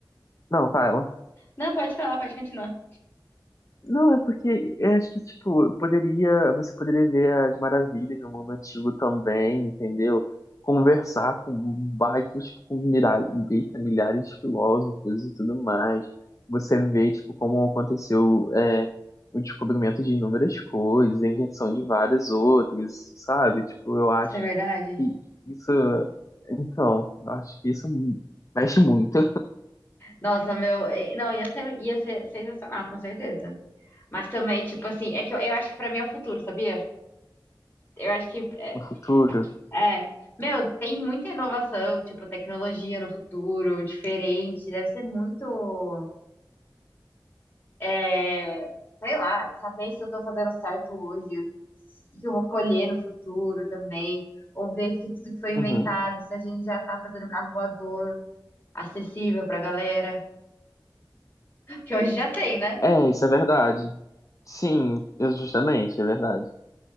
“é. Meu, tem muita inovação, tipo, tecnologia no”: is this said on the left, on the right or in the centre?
Left